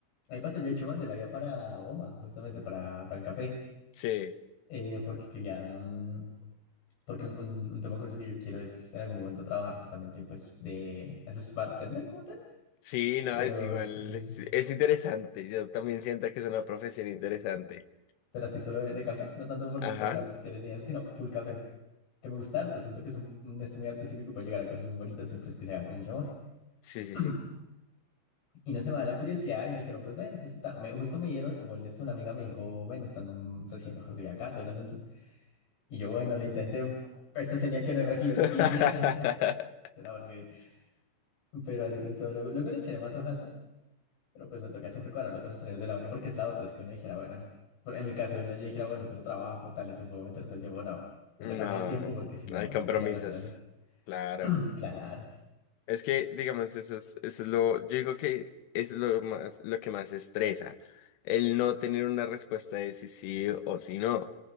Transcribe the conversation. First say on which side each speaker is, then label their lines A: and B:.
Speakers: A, on the left; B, on the left.
A: Ahí pasó, yo he hecho la ya para Bomba, justamente para, para el café,
B: sí,
A: eh, porque quería, mm, Porque un, un- un tema curioso que yo quiero es en algún momento trabajar justamente pues de... Eso es bartender como tal,
B: sí, no,
A: pero
B: es igual,
A: eso es de-
B: es, es interesante, yo también siento que es una profesión interesante.
A: Pero así solo de, de café, no tanto por,
B: Ajá,
A: por el lado de cócteles ni eso, sino full café, que me gusta harto. Siento que es un, un esto muy artístico y que puede llegar a cosas muy bonitas siempre es que se haga con mucho amor.
B: sí, sí,
A: <clears throat>
B: sí.
A: Y no se me da la curiosidad y me dijeron, pues ven, justo, ta- me, justo me dieron como el esto, una amiga me dijo, ven, están recibiendo hojas de vida acá, todo el asunto. Y yo, bueno, lo intenté, este es el día que no recibo
B: <laughs>
A: noticias. <laughs> Es una porquería. <laughs> Pero así con todo, luego, luego le echaré más hojas Pero pues me toca siempre cuadrarlo con los horarios de la uni, porque es la otra, es que uno dijera, bueno, por- en mi caso uno, yo dijera, bueno, solo trabajo, tal, eso puedo meter todo el tiempo. No, me
B: No,
A: toca medio tiempo porque si no
B: hay compromisos,
A: me tiro de las clases.
B: claro.
A: <clears throat> Claro.
B: Es que, digamos, eso es, eso es lo, yo digo que eso es lo más, lo que más estresa, el no tener una respuesta de si sí o si no.